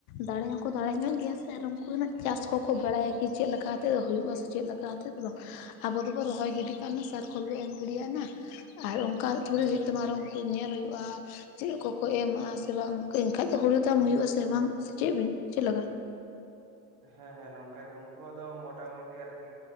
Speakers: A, on the left (about 65°); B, on the right (about 45°).
A: ᱫᱟᱲᱮ ᱦᱚᱸᱠᱚ ᱫᱟᱲᱮ ᱧᱚᱜ ᱜᱮᱭᱟ ᱥᱮ ᱟᱨ ᱩᱱᱠᱩ ᱦᱱᱟᱜ ᱪᱟᱥ ᱠᱚᱠᱚ ᱵᱟᱲᱟᱭᱟ ᱠᱤ ᱪᱮᱫ ᱞᱮᱠᱟ ᱠᱟᱛᱮᱫ ᱦᱩᱭᱩᱜᱼᱟ ᱥᱮ ᱪᱮᱫ ᱞᱮ ᱚᱱᱠᱟᱛᱮᱫᱚ ᱟᱵᱚ ᱫᱚᱵᱚ ᱨᱚᱦᱚᱭ ᱜᱤᱰᱤ ᱠᱟᱜ ᱥᱟᱨᱠᱷᱳᱞ ᱵᱚ ᱮᱢ ᱜᱤᱰᱤᱭᱟᱟᱜᱱᱟ ᱟᱨ ᱚᱱᱠᱟ ᱛᱷᱲᱤ
B: ᱦᱩᱸ
A: ᱦᱩᱭᱩᱜ
B: ᱦᱩᱸ
A: ᱛᱟᱢᱟ
B: ᱦᱩᱸ
A: ᱟᱨᱚ ᱩᱱᱠᱩ ᱧᱮᱞ ᱦᱩᱭᱩᱜᱼᱟ ᱪᱮᱫ ᱠᱚ ᱠᱚ ᱮᱢᱟᱜᱼᱟ ᱥᱮ ᱵᱟᱝ ᱮᱱᱠᱷᱟᱡ ᱫᱚ ᱦᱳᱲᱩ ᱛᱟᱢ ᱦᱩᱭᱩᱜᱼᱟ ᱥᱮ ᱵᱟᱝ ᱥᱮ ᱪᱮᱫ ᱵᱤᱱ ᱪᱮᱫ ᱞᱮᱠᱟ
B: ᱦᱮᱸ ᱦᱮᱸ ᱱᱚᱝᱠᱟ ᱜᱮ ᱩᱱᱠᱩᱣᱟᱜ ᱫᱚ ᱢᱚᱴᱟᱢᱩᱴᱤ ᱟᱨᱠᱤ